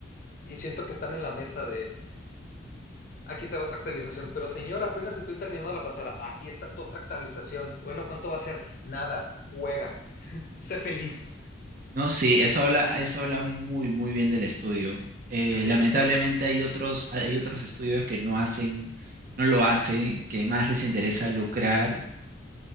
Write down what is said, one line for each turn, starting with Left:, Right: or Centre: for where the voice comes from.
Left: y siento que están en la mesa de Aquí te va otra actualización. Pero señor, apenas estoy terminando la pasada. Aquí está tu otra actualización. Bueno, ¿cuánto va a ser? Nada. Juega. <laughs> Sé feliz.
Right: No, sí, eso habla, eso habla muy, muy bien del estudio. Eh,
Left: Sí.
Right: lamentablemente hay otros, hay otros estudios que no hacen, no lo hacen, que más les interesa lucrar